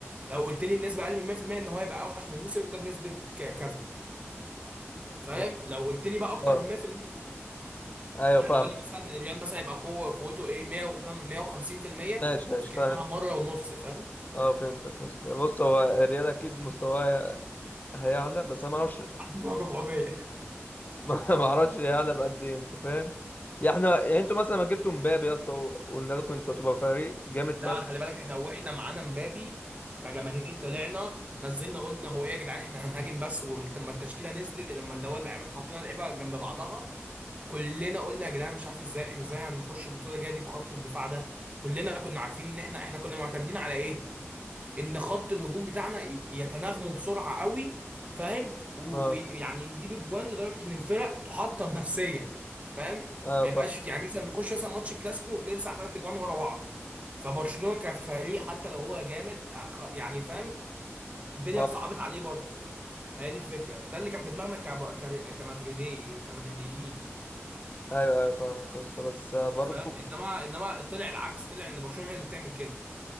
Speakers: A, on the right (about 30°); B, on the left (about 35°).
A: لو قلت لي النسبه اقل من 100% ان هو هيبقى اوحش من الموسم ده بنسبه ك- كذا فاهم
B: يعني-
A: لو قلت لي بقى اكتر
B: اه
A: من 100%
B: ايوه
A: يعني
B: فاهمك
A: قول لي مثلا الريال مثلا هيبقى قوه قوته ايه 100 وكام 150%
B: ماشي ماشي
A: اذا كانها
B: فاهم
A: مره ونص فاهم
B: اه فهمتك يا اسطى بص هو الريال اكيد مستواه هيعلى بس انا ما اعرفش
A: <laughs> 400
B: <laughs> ما ما اعرفش يعلى بقد ايه انت فاهم يعني احنا يعني انتوا مثلا ما جبتوا مبابي يا اسطى وقلنا لكم انتوا هتبقى فريق جامد
A: لا
B: فشخ
A: خلي بالك احنا واحنا معانا مبابي كجماهير طلعنا نزلنا قلنا هو ايه يا جدعان احنا هنهاجم بس ولما التشكيله نزلت لما اللي هو اللعيبه حطينا اللعيبه جنب بعضها كلنا قلنا يا جدعان مش عارف ازاي احنا ازاي هنخش البطوله الجايه دي بخط الدفاع ده كلنا كنا عارفين ان احنا احنا كنا معتمدين على ايه ان خط الهجوم بتاعنا ي- يتناغموا بسرعه قوي فاهم و-
B: اه
A: ويعني يجيب اجوان لدرجه ان الفرق تحطم نفسيا فاهم
B: ايوه
A: ما
B: فاهم
A: يبقاش يعني مثلا نخش مثلا ماتش كلاسيكو نلسع ثلاث اجوان ورا بعض فبرشلونة كفريق حتى لو هو جامد أخ- يعني فاهم الدنيا
B: اه
A: اتصعبت عليه برضه فهي دي الفكرة ده اللي كان في دماغنا كب... كر- كمدريدي كمدريديين
B: ايوه ايوه فاهمك يا اسطى بس برضه
A: انت فاهم انما انما طلع العكس طلع ان برشلونة هي اللي بتعمل كده